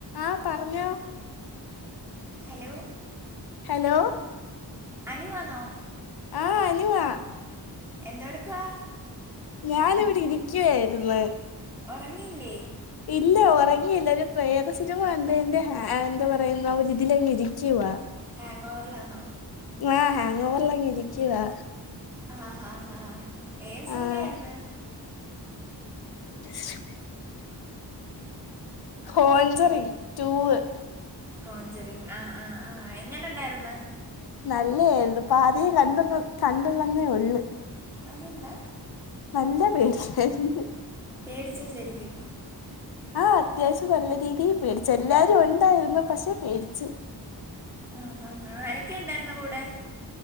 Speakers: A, on the left (about 60°); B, in the centre.
A: ആഹ പറഞ്ഞോ
B: hello
A: hello
B: അനുവാന്നോ
A: ആഹ് അനുവാ
B: എന്തോ എടുക്കുവാ
A: ഞാനിവിടെ ഇരിക്കുവായിരിന്ന്
B: ഉറങ്ങിയില്ലേ
A: ഇല്ല ഉറങ്ങയില്ല ഒരു പ്രേതസിനിമ കണ്ടെന്റെ ഹാങ്ങ്‌ എന്താ പറയുന്ന ഒരിതിലങ്ങ് ഇരിക്കുവ
B: ഹാങ് ഓവറിലാന്നോ
A: ആഹ് ഹാങ് ഓവറിലങ്ങ് ഇരിക്കുവാ
B: ആഹ് ഹാ ഹാ ഏത് സിനിമയായിരുന്ന്
A: ആഹ് <unintelligible> കൊഞ്ചുറിങ് ടൂ വ്
B: കോഞ്ചെറിങ് ആഹ് ആഹ് ആഹ് എങ്ങനെ ഉണ്ടായിര്ന്ന്
A: നല്ല ഏരുന്ന് ഇപ്പേ കണ്ടപ്പം കണ്ടുള്ളെന്നേ ഉള്ളു
B: അതെന്താ
A: നല്ല പേടിയായിരുന്ന്
B: പേടിച്ചോ ശെരിക്കും
A: ആഹ അത്യാവശ്യം നല്ല രീതിയില് പേടിച്ചു എല്ലാരും ഉണ്ടായിരുന്നു പക്ഷെ പേടിച്ചു
B: ആഹ് ഹാ ഹാ ആരൊക്കെ ഉണ്ടായിരുന്ന് കൂടെ